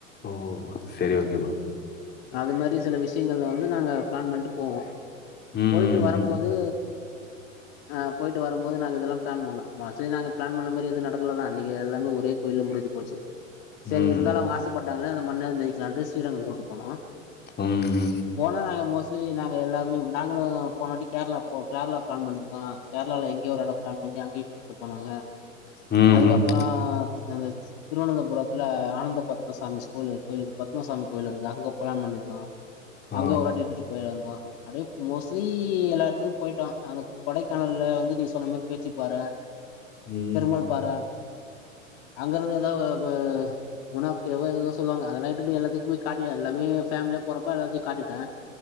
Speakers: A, on the left (about 25°); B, on the left (about 50°).
A: ஓ செரி ஓகே ப்ரோ
B: அது மாரி சில விஷயங்கல்ல வந்து நாங்க பிளான் பண்ட்டு போவோ
A: ம்,
B: போயிட்டு வரம்போது
A: ம்,
B: ஆ போயிட்டு வரம்போது நாங்க இதெல்லா பிளான் பண்ணோ கடசீல நாங்க பிளான் பண்ணமாரி எது நடக்கல்லாதா அன்னிக்கு எல்லாமே ஒரே கோயில்ல முடிஞ்சு போச்சு சேரி
A: ம்,
B: இருந்தாலு அவங்க ஆசப்பட்டாங்கல்ல அந்த மண்ணாது மெதிக்கலான்டு ஸ்ரீரங்கோ கூட்டு போனோ
A: ம்
B: போனா நாங்க மோஸ்ட்லி நாங்க எல்லாருமே நாங்களு போனவாட்டி கேரளா போ கேரளா பிளான் பண்ணிருந்தோ கேரளால எங்யோ ஒரு எடோ பிளான் பண்ணி அங்யு கூட்டு போனாங்க
A: ம்.
B: அதுக்கப் அப்றோ அந்த திருவனந்தபுரத்துல ஆனந்த பத்மசாமி ஸ்கூல் இருக் கோயில் இருக்கு பத்மசாமி கோயில் இருக்கு அங்க ப்ளான் பண்ணிருந்தோ
A: ஆ.
B: அங்க ஒருவாட்டி இட்டுட்டு போயிருந்தோ அப்டியே மோஸ்ட்லி எல்லா எடத்துக்கு போயிட்டோ அங்க கொடைக்கானல்ல வந்து நீங்க சொன்ன மாரி பேச்சிப்பாற
A: ம்,
B: பெருமாள் பாற அங்க இருந்து எதோ ஒ குணா கெவோ எதேதோ சொல்வாங்க அதல்ல எதுக்கு எல்லாத்துக்கு காட்டிட்டே எல்லாமே ஃபேம்லியா போறப்ப எல்லாத்தியு காட்டிட்டே